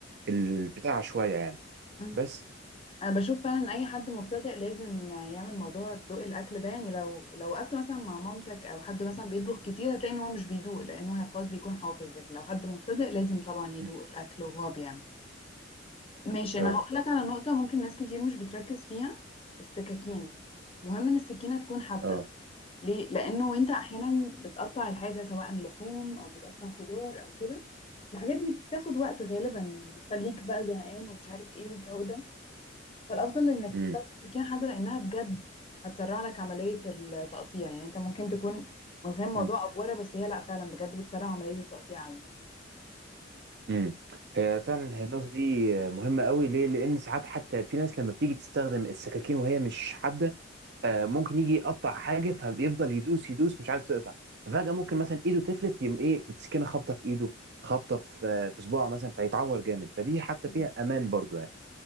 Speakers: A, on the right; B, on the left.
A: البتاع شويه يعني
B: مم.
A: بس
B: انا بشوف فعلا ان اي حد مبتدئ لازم يعمل موضوع ذوق الاكل ده يعني لو لو وقفت مثلا مع مامتك او حد مثلا بيطبخ كتير هتلاقي ان هو مش بيدوق لانه هي خلاص بيكون حافظ لكن لو حد مبتدئ لازم طبعا يدوق
A: م.
B: الاكل وهو بيعمل ماشي انا
A: اه
B: هقول لك على نقطة ممكن ناس كتير مش بتركز فيها السكاكين مهم ان السكينة تكون حادة
A: اه
B: ليه لانه وانت احيانا بتقطع الحاجة سواء لحوم او بتقطع خضار او كده الحاجات دي بتاخد وقت غالبا وبتخليك بقى زهقان ومش عارف ايه والجو ده فالافضل انك
A: م.
B: تستخدم سكينة حادة لانها بجد هتسرع لك عملية التقطيع يعني انت ممكن تكون متخيل موضوع
A: م.
B: افورة بس هي لا فعلا بجد بتسرع عملية التقطيع قوي
A: امم هي فعلا هي النقطه دي مهمه قوي ليه لان ساعات حتى في ناس لما بتيجي تستخدم السكاكين وهي مش حاده آه، ممكن يجي يقطع حاجه فبيفضل يدوس يدوس مش عايز تقطع ففجاه ممكن مثلا ايده تفلت يقوم ايه السكينه خابطه في ايده خابطه في آه، في صباعه مثلا فيتعور جامد فدي حتى
B: <laughs>
A: فيها امان برضو يعني